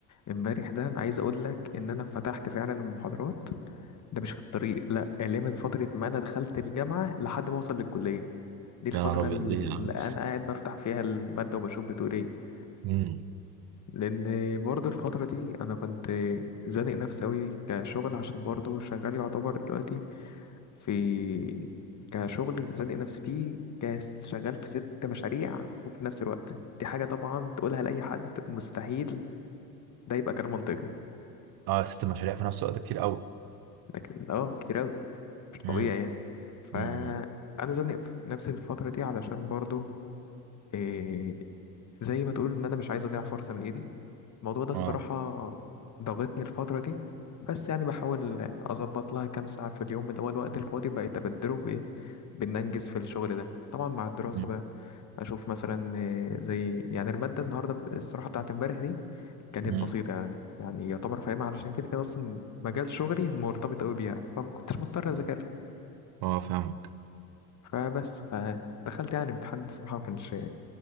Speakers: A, on the left (about 35°); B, on the right (about 50°).
A: امبارح ده انا عايز اقول لك ان انا فتحت فعلا المحاضرات ده مش في الطريق لا اللي من فترة ما انا دخلت الجامعة لحد ما اوصل للكلية دي الفترة
B: يا نهار ابيض
A: اللي
B: ايه يا عم
A: انا قاعد بفتح فيها المادة وبشوف بتقول ايه
B: امم
A: لان برضه الفترة دي انا كنت زانق نفسي اوي كشغل عشان برضه شغال يعتبر دلوقتي في كشغل زانق نفسي فيه كشغال في ست مشاريع وفي نفس الوقت دي حاجة طبعا تقولها لأي حد مستحيل ده يبقى كلام منطقي
B: اه ست مشاريع في نفس الوقت كتير قوي
A: لكن اه كتير أوي مش طبيعي
B: امم
A: يعني فأنا
B: امم
A: زانق نفسي في الفترة دي علشان برضو إيه زي ما تقول إن أنا مش عايز أضيع فرصة من إيدي الموضوع ده
B: اه
A: الصراحة ضغطني الفترة دي بس يعني بحاول أظبط لها كام ساعة في اليوم اللي هو الوقت الفاضي بقيت أبدله بإيه بإن أنجز في الشغل ده طبعا مع الدراسة
B: امم
A: بقى أشوف مثلا آه، زي يعني المادة النهاردة ب- الصراحة بتاعت امبارح دي كانت
B: امم
A: بسيطة يعني يعني يعتبر فاهمها علشان كده كده أصلا مجال شغلي مرتبط أوي بيها فما كنتش مضطر أذاكر
B: اه فاهمك
A: فبس فدخلت يعني الامتحان الصراحة ما كانش